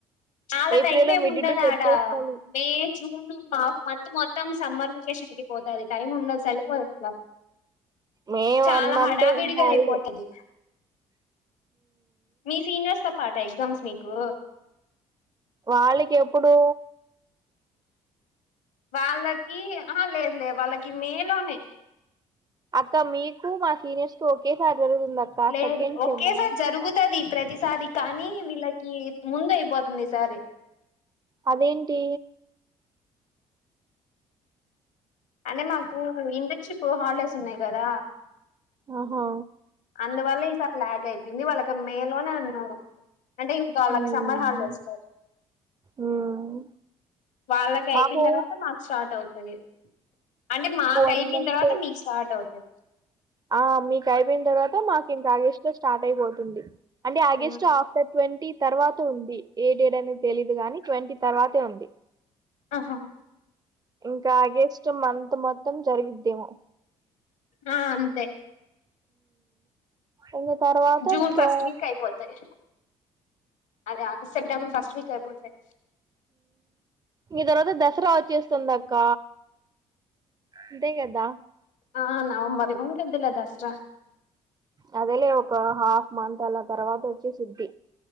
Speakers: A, on the left; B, on the right.
A: అళ
B: ఏప్రిల్
A: టైం
B: లో
A: ఏమి
B: మిడ్
A: ఉండది
B: టు పెట్టేసుకోవాలి
A: ఆడా మే జూన్ మాఫ్ మంత్ మొత్తం సమ్మర్ ప్రీపకేషన్ క పోతుంది టైమ్ ఉండదు సరిపోయట్లా
B: మే
A: చాలా
B: వన్ మంత్
A: హడావిడిగా
B: హాలిడే
A: అయిపోతది మీ సీనియర్స్ తో పాట ఎగ్జామ్స్ మీకు
B: వాళ్ళకి ఎప్పుడు
A: వాళ్ళకి ఆ లేదు లేదు వాళ్ళకి మే లోనే
B: అక్క మీకు మా సీనియర్స్ కు ఒకేసారి జరుగుతుంది అక్క
A: లేదు
B: సెకండ్
A: ఒకేసారి
B: సేమ్
A: జరుగుతది ప్రతిసారి కానీ వీళ్ళకి ముందు అయిపోతుంది ఈసారి
B: అదేంటి
A: అంటే మాకు ఇంటర్న్షిప్ హాలిడేస్ ఉన్నాయి కదా
B: ఆహో
A: అందువల్ల ఈసారి ల్యాగ్ అయిపోంది వాళ్ళకి మేలోనే అన్నారు అంటే ఇంకా వాళ్ళకి
B: ఉమ్.
A: సమ్మర్ హాలి చేేస్తు
B: ఉమ్.
A: వాళ్ళకి అయిపోయిన
B: మాకు
A: తర్వాత మాకు స్టార్ట్ అవుతది అంటే మాకు
B: వన్
A: అయిపోయిన
B: మంత్
A: తర్వాత మీకు స్టార్ట్ అవుతుంది
B: ఆ మీకు అయిపోయిన తర్వాత మాకు ఇంకా ఆగేష్లో స్టార్ట్ అయిపోతుంది అంటే ఆగస్ట్
A: ఉమ్.
B: ఆఫ్టర్ ట్వంటీ తర్వాత ఉంది. ఏ డేట్ అనేది తెలీయదు గాని ట్వంటీ తర్వాతే ఉంది
A: ఆహా
B: ఇంకా ఆగెస్ట్ మంత్ మొత్తం జరిగిద్దేమో
A: ఆ అంతే
B: అ తర్వాత
A: జూన్
B: ఇంకా
A: ఫస్ట్ వీక్ అయిపోతాయి అదే ఆగస్ సెప్టెంబర్ ఫస్ట్ వీక్ అయిపోతది
B: ఈ తర్వాత దసరా వచ్చేస్తుంద అక్క అంతే కదా
A: ఆ నవంబర్ ఉండిదిలే దసరా
B: అదేలే ఒక హాఫ్ మంత్ అలా తర్వాత వచ్చి సిద్ధి